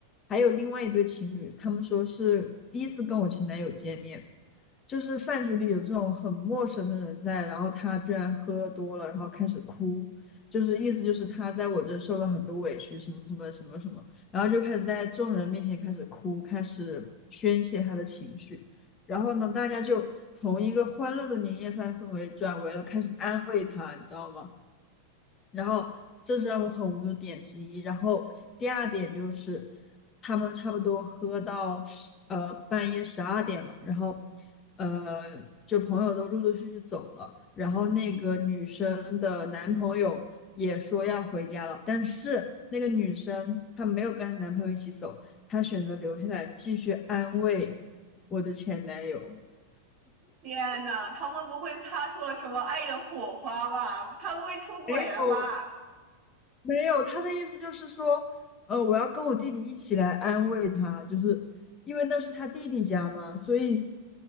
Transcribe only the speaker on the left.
还有另外一对情侣，他们说是第一次跟我前男友见面，就是饭局里有这种很陌生的人在，然后他居然喝多了，然后开始哭，就是意思就是他在我这受了很多委屈，什么什么什么什么，然后就开始在众人面前开始哭，开始宣泄他的情绪。然后呢，大家就从一个欢乐的年夜饭氛围转为了开始安慰他，你知道吗？然后这是让我很无语的点之一。然后第二点就是，他们差不多喝到十呃半夜十二点了，然后呃就朋友都陆陆续续走了，然后那个女生的男朋友也说要回家了，但是那个女生她没有跟她男朋友一起走，她选择留下来继续安慰我的前男友。
没有没有，他的意思就是说，呃，我要跟我弟弟一起来安慰他，就是因为那是他弟弟家嘛，所以，